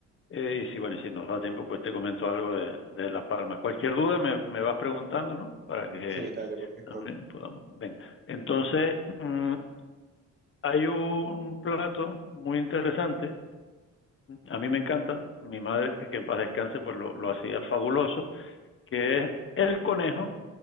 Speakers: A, on the left; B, on the right.
A: eh, y si, bueno, y si nos da tiempo, pues te comento algo de, de Las Palmas. Cualquier duda me, me vas preguntando, ¿no? Para que
B: Sí, dale, perfecto.
A: también podamos. Venga. Entonces, mm, hay un plato muy interesante, a mí me encanta, mi madre, que en paz descanse, pues lo, lo hacía fabuloso, que es el conejo